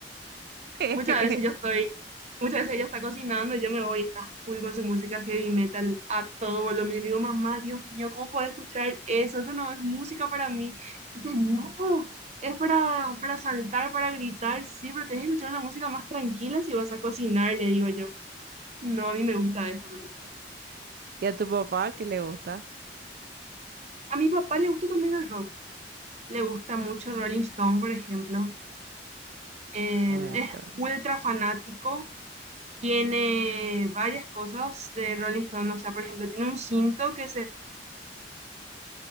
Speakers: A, on the right (about 60°); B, on the right (about 40°).
A: <laughs>
B: Muchas veces yo estoy, muchas veces ella está cocinando y yo me voy y está full con su música heavy metal a todo volumen. Y digo, mamá, Dios mío, ¿cómo puedo escuchar eso? Eso no es música para mí. Dice, no, es para, para saltar, para gritar, sí, pero tienes que escuchar una música más tranquila si vas a cocinar, le digo yo. No, a mí me gusta esto, me dice.
A: Y a tu papá, qué le gusta?
B: A mi papá le gusta también el rock. Le gusta mucho Rolling Stone, por ejemplo. Eh,
A: Obviamente.
B: es
A: ¿verdad?
B: ultra fanático tiene varias cosas de Rolling Stone, o sea, por ejemplo, tiene un cinto que se